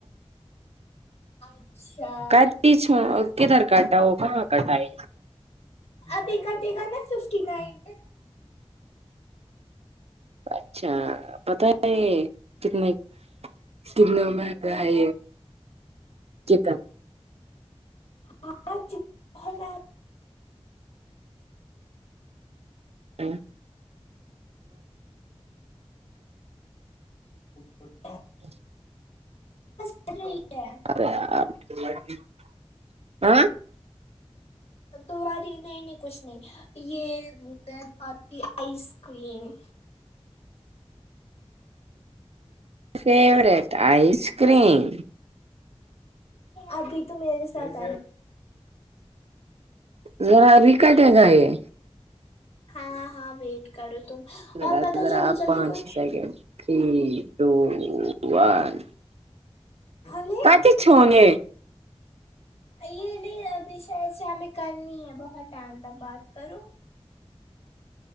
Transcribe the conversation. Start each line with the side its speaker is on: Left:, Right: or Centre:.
Left: اچھا
Right: کاتی چ کدھر کاٹا ہو کہاں کاٹ ہے
Left: ابھی کٹے گا نا سکیسٹی نائن پے
Right: اچھا پتا ہے کتنے کتنے گ ہے چکن
Left: <unintelligible>
Right: ہوں
Left: <inaudible>
Right: <inaudible>
Left: <unintelligible>
Right: <unintelligible>
Left: تو باری نہیں نہیں کچھ نہیں یہ رہی آپ کی ice cream
Right: favourite ice cream
Left: ابھی تو میرے ساتھ آ
Right: ذرا ابھی کٹے گا یہ
Left: ہاں ہاں ہاں ویٹ کرو تم
Right: ذرا
Left: اور بتاؤ
Right: ذرا
Left: جلدی جلدی
Right: پانچ
Left: کچھ
Right: ہی سیکنڈ تھری ٹو ون
Left: ہمیں
Right: کتی چونے
Left: یہ نہیں ابھی شاید سے ہمیں کرنی ہے بہت ٹائم تک بات کروں